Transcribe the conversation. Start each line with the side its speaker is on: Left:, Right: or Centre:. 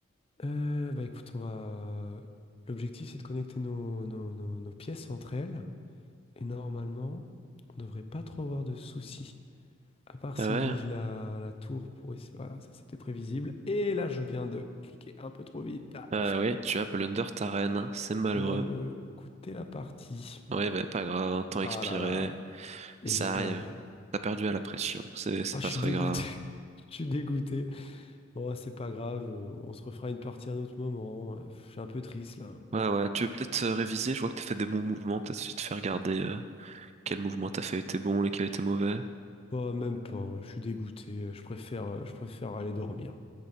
Left: Euh, bah écoute, on va. L'objectif, c'est de connecter nos, nos- nos- nos pièces entre elles. Et normalement, on devrait pas trop avoir de soucis. À part
Right: Ah
Left: s'ils
Right: ouais,
Left: bougent la, la tour pour essayer. Voilà, ça c'était prévisible. Et là, je viens de cliquer un peu trop vite. Ah,
Right: ah ouais, tu as blunder ta reine, c'est malheureux.
Left: qui vient me coûter la partie.
Right: Ouais, bah pas grave, hein, temps
Left: Ah
Right: expiré,
Left: là là. Et
Right: ça
Left: j'ai perdu.
Right: arrive. T'as perdu à la pression, c'est c'est
Left: Ah, je
Right: pas
Left: suis
Right: très
Left: dégoûté.
Right: grave.
Left: <laughs> Je suis dégoûté. Bon, c'est pas grave. euh, On se refera une partie à un autre moment. Je suis un peu triste là.
Right: Ouais, ouais, tu veux peut-être euh, réviser, je vois que t'as fait des bons mouvements, peut-être suffit de faire regarder euh, quel mouvement t'as fait était bon, lesquels étaient mauvais.
Left: Bah, même pas, je suis dégoûté, je préfère, euh, je préfère aller dormir.